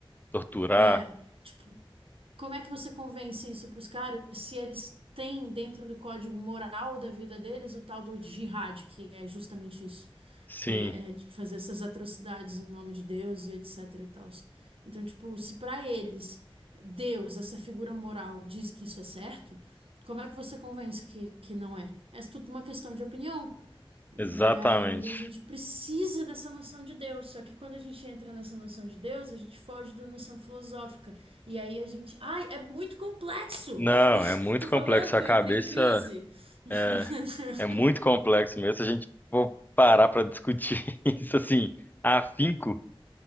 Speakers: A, on the left; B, on the right.
A: torturar.
B: É, tipo, como é que você convence isso para os caras se eles têm dentro do código moral da vida deles o tal do jihad, que é justamente isso,
A: Sim,
B: que é tipo, fazer essas atrocidades em nome de Deus e etc e tal. Então, tipo, se para eles Deus, essa figura moral, diz que isso é certo, como é que você convence que, que não é? É tudo uma questão de opinião. E
A: exatamente.
B: aí a gente precisa dessa noção de Deus. Só que quando a gente entra nessa noção de Deus, a gente foge da noção filosófica. E aí a gente. Ai, é muito complexo!
A: Não, é
B: <laughs>
A: muito
B: Tô
A: complexo.
B: falando que
A: A cabeça
B: eu entrei em crise. <laughs>
A: é, é muito complexo mesmo. Se a gente for parar para discutir <laughs> isso assim, afinco,